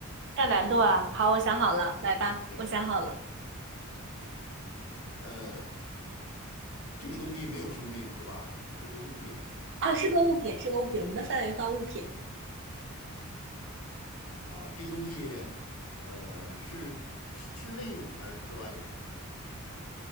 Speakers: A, on the right; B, on the left.
A: 上难度啊！
B: 我不怕。
A: 好，我想好了，来吧，
B: 对，
A: 我想好了。
B: 呃，这个东西没有生命是吧？是个物品
A: 啊，是个物品，是个物品，我们的范围放物品
B: 啊。这个东西，呃，是室内用还是室外用